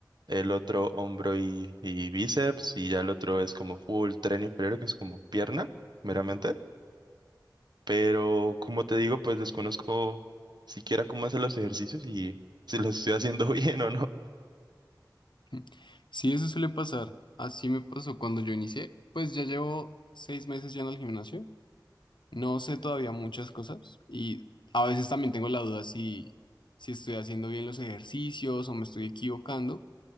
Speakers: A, on the right (about 70°); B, on the left (about 85°).
A: El otro hombro y, y bíceps y ya el otro es como full tren inferior, que es como pierna, meramente. Pero como te digo, pues desconozco siquiera cómo hacer los ejercicios y si los estoy haciendo <laughs> bien o no.
B: <laughs> Sí, eso suele pasar. Así me pasó cuando yo inicié, pues ya llevo seis meses yendo al gimnasio. No sé todavía muchas cosas y a veces también tengo la duda si, si estoy haciendo bien los ejercicios o me estoy equivocando,